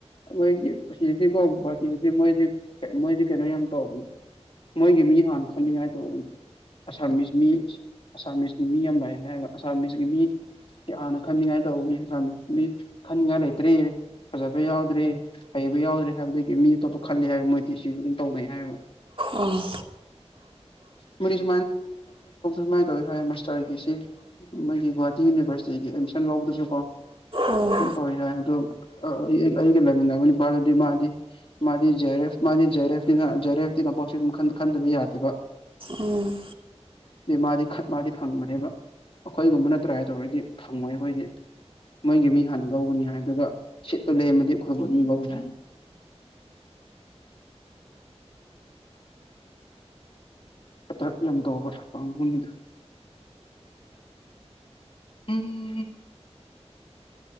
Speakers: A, on the left; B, on the right.
A: ꯃꯈꯣꯏꯒꯤ ꯁꯤꯗꯗꯤꯀꯣ ꯒꯨꯍꯥꯇꯤꯗꯗꯤ ꯃꯣꯏꯗꯤ ꯃꯣꯏꯗꯤ ꯀꯩꯅꯣ ꯌꯥꯝ ꯇꯧꯕꯅꯤ ꯃꯣꯏꯒꯤ ꯃꯤ ꯍꯥꯟꯅ ꯈꯟꯅꯤꯡꯉꯥꯏ ꯇꯧꯕꯅꯤ ꯑꯁꯥꯃꯤꯁ ꯃꯤ ꯑꯁꯥꯃꯤꯁꯀꯤ ꯃꯤ ꯌꯥꯝ ꯂ ꯍꯥꯏ ꯑꯁꯥꯃꯤꯁꯀꯤ ꯃꯤ ꯍꯥꯟꯅ ꯈꯟꯅꯤꯡꯉꯥꯏ ꯇꯧꯕꯅꯤꯃꯤ ꯃꯤ ꯈꯟꯅꯤꯡꯉꯥꯏ ꯂꯩꯇ꯭ꯔꯤꯌꯦ ꯐꯖꯕ ꯌꯥꯎꯗ꯭ꯔꯦ ꯍꯩꯕ ꯌꯥꯎꯗ꯭ꯔꯦ ꯍꯥꯏꯕꯗꯒꯤ ꯃꯤ ꯑꯇꯣꯞꯄ ꯈꯜꯂꯤ ꯍꯥꯏꯕ ꯃꯣꯏꯗꯤ ꯁꯤꯒ ꯑꯗꯨꯝ ꯇꯧꯅꯩ ꯍꯥꯏꯌꯦꯕ
B: ꯎꯝ
A: ꯃꯁꯨ ꯃꯥꯥꯏꯁ ꯃꯥ ꯃꯥꯁꯔꯁꯤ ꯃꯣꯏꯒꯤ ꯒꯨꯍꯥꯇꯤ ꯌꯨꯅꯤꯚꯔꯁꯤꯇꯤꯒꯤ ꯑꯦꯗꯃꯤꯁꯟ ꯂꯧꯕꯗꯨꯁꯨ ꯀꯣ
B: ꯑꯣ
A: ꯁꯝ ꯇꯧꯋꯦ ꯌꯥꯏ ꯑꯗꯣ ꯑꯩꯒ ꯂꯩꯃꯤꯟꯅꯕ ꯅꯤꯄꯥꯗꯨꯗꯤ ꯃꯥꯗꯤ ꯃꯥꯗꯤ ꯖꯦꯔꯦꯐ ꯃꯥꯗꯤ ꯖꯦꯔꯦꯐꯤꯅ ꯖꯦꯔꯦꯐꯇꯤ ꯀꯝꯄꯣ ꯈꯟꯗꯕ ꯌꯥꯗꯦꯕ
B: ꯎꯝ
A: ꯑ ꯃꯥꯗꯤ ꯃꯥꯗꯤ ꯐꯪꯕꯅꯦꯕ ꯑꯩꯈꯣꯏꯒꯨꯝꯕꯅꯠꯇ꯭ꯔꯥꯏ ꯇꯧꯔꯗꯤ ꯐꯪꯉꯣꯏ ꯑꯩꯈꯣꯏꯗꯤ ꯃꯣꯏꯒꯤ ꯃꯤ ꯍꯥꯟꯅ ꯂꯧꯕꯅꯤ ꯍꯥꯏ ꯑꯗꯨꯒ ꯁꯤꯠꯇꯣ ꯂꯩꯔꯝꯃꯗꯤ ꯑꯩꯈꯣꯏꯕꯨ ꯃꯤ ꯂꯧꯏ ꯍꯥꯏ <unintelligible> ꯑꯗ ꯌꯥꯝ ꯇꯕ꯭ꯔ ꯀꯥꯡꯥꯕꯨꯅꯤꯗ ꯎꯝ